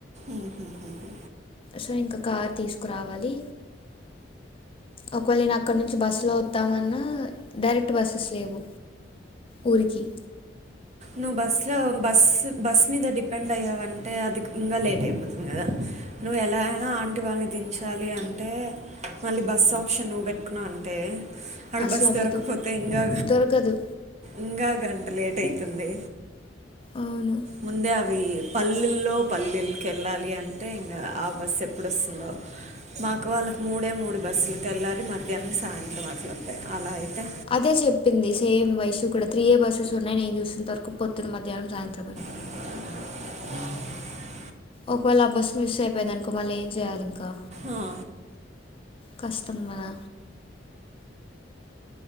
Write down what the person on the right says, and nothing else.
ఉహుహు హు
ను బస్లో బస్ బస్సు మీద డిపెండ్ అయ్యావంటే అది ఇంకా లేట్ అయిపోతుంది కదా నువ్వు ఎలా అయినా ఆంటి వాళ్ళని దించాలి అంటే మళ్ళీ బస్ ఆప్షన్ నువ్వు పెట్టుకున్నా అంటే అది
బస్
దొరకపోతే ఇంకా
ఇంకా గంట లేట్ అవుతుంది
ముందే అవి పల్లెల్లో పల్లేలకి వెళ్ళాలి అంటే ఇంగా ఆ బస్సు ఎప్పుడోస్తుందో మాకు వాళ్ళకు మూడే మూడు బస్సులు తెల్లారి మధ్యాహ్నం సాయంత్రం అట్లు ఉంటాయి అలా అయితే
<inaudible>
ఆ